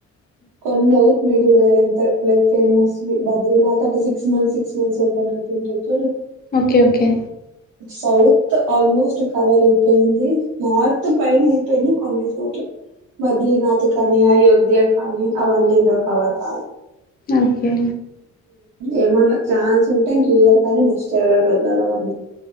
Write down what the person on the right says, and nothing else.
కొన్ని అవు మియి అంత లైక్ ఫేమస్ బద్రీనాథ అట six months six months open అవుతుంటాయి చూడు
south almost cover అయిపోయింది నార్త్ పైన అయిపోయింది కొన్ని చోట్ల బద్రీనాథ్ కానీ అయోధ్య కానీ అవన్నీ ఇంక కవర్ కాాల
ఏమన్నా ఛాన్స్ ఉంటే ఇంక ఇయర్ కానీ నెక్స్ట్ ఇయర్ కాని వెళ్లాలివన్నీ